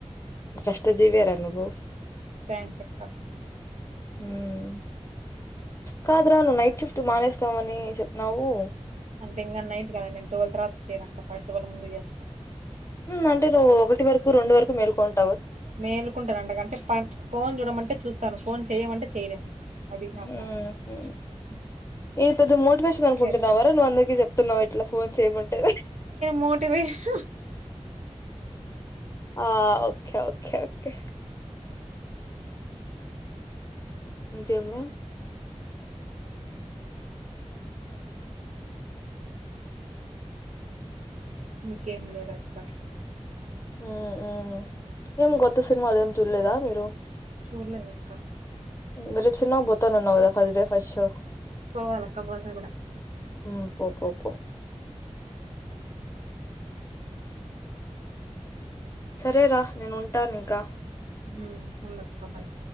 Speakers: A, on the left (about 25°); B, on the right (about 90°).
A: కష్ట జీ వే రా నువ్వు
B: థ్యాంక్స్ అక్క
A: ఉం కాదురా నువ్వు నైట్ షిఫ్ట్ మానేస్తావని చెప్పినావు
B: అంటే ఇంకా నైట్ కాదు నేను ట్వెల్వ్ తర్వాత చేయనక్క టువెల్ ముందు చేస్తాం
A: ఉం అంటే నువ్వు ఒకటి వరకు రెండు వరకు మెల్కుంటా
B: మేలుకుంటారు అండగా అంటే ఫోన్ చూడమంటే చూస్తాను ఫోన్ చేయమంటే చెయలేను అది నా
A: మ్మ్
B: ప్ర <unintelligible>
A: హ్మ్ ఇది పెద్ద మోటివేషన్ అనుకుంటున్నావరా
B: అక్క
A: నువ్వు అందరికి చెప్తున్నావా ఇట్లా ఫోన్ చేయమంటే
B: మోటివేశన్
A: ఆ ఓకే ఓకే ఓకే ఇంకేమి రా
B: ఇంకేం లేదు అక్క
A: ఉం ఉం ఏం కొత్త సినిమాలు ఏమి చూడలేదా మీరు
B: చూడలేదక్క
A: మరిచ్చనా బోతన ఉ ఫస్ట్డే ఫస్ట్ ో <unintelligible>
B: పోవాలక్క పోతా కూడా
A: ఉం పో పో పో సరేరా నేను ఉంటాను ఇంకా
B: ఉం ఉండక్క బాయ్